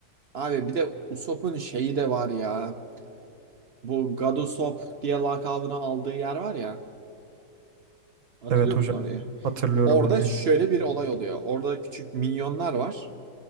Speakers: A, on the right (about 60°); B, on the right (about 45°).
A: Abi bir de Usopp'un şeyi de var ya. Bu God Usopp diye lakabını aldığı yer var ya. Hatırlıyor
B: Evet
A: musun
B: hocam.
A: orayı?
B: Hatırlıyorum
A: Orada
B: orayı.
A: şöyle bir olay oluyor. Orada küçük minyonlar var.